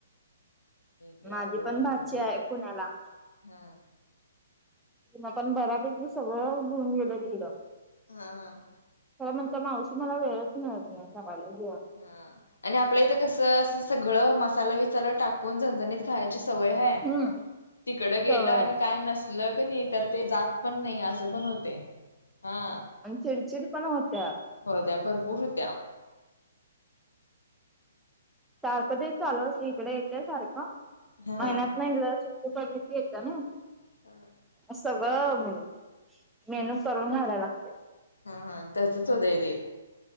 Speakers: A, on the left; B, in the centre.
A: लय
B: माझी
A: अवघड
B: पण
A: व्हायले
B: भाची
A: होते
B: आहे पुण्याला.
A: हा
B: आपण बरापैकी सगळं घेऊन गेले तिकडं
A: हा, हं
B: खरं म्हणजे मावशी मला वेळच मिळत नाही, करायला घे <unintelligible>
A: हा आणि आपल्या इथं कसं असं सगळं मसाला विसाला टाकून झणझणीत खायची सवय आहे. होय,
B: हम्म
A: तिकड गेलं
B: सवय
A: आणि
B: आहे
A: काय नसलं क नाही तर ते जात पण नाही <unintelligible> बनवते हा,
B: आणं चिडचिड पण होत्या.
A: होत्या भरपूर होत्या,
B: सारखं ते चालू असते इकडं येत्या सारखा,
A: हा.
B: महिन्यातन एकदा सुट् <unintelligible> येता ना.
A: हा
B: सगळं रमुन, करून घायला लागतंय.
A: हा, हा तसंच होतय ते,